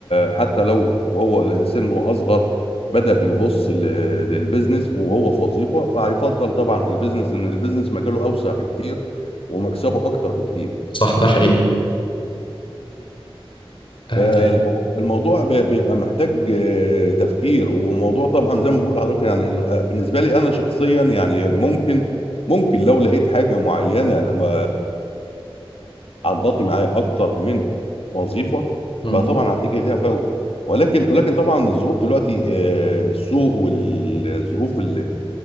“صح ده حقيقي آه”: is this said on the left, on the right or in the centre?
Left